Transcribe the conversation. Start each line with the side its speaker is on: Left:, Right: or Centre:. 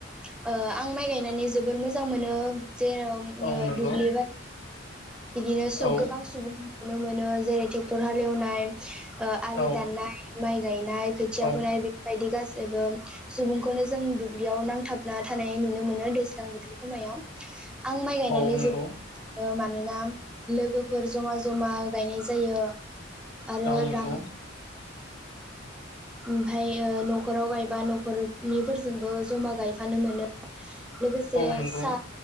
Centre: <inaudible> ओ आं माइ गायनानै जोबोर मोजां मोनो जेराव
Left: औ नंगौ
Centre: दुुबब्लि <unintelligible> <inaudible> बिदिनो
Left: औ
Centre: <unintelligible> गोबां सुबुं नुनो मोनो जेरै ट्रेक्टर हालेवनाय आलि
Left: औ
Centre: दाननाय माइ गायनाय खोथिया
Left: औ
Centre: फुनाय <unintelligible> जेबो सुबुंखौनो जों दुब्लियाव नांथाबना थानाय नुनो मोनो दैज्लां बोथोरखौ खमायाव आं माइ गायनानै
Left: औ नंगौ
Centre: <unintelligible> मानोना लोगोफोर जमा जमा गायनाय जायो आरो
Left: औ नंगौ
Centre: रां ओमफाय न'खराव गायबा न'खरनिफोरजोंबो जमा गायफानो मोनो लोगोसे
Left: औ नंगौ
Centre: सा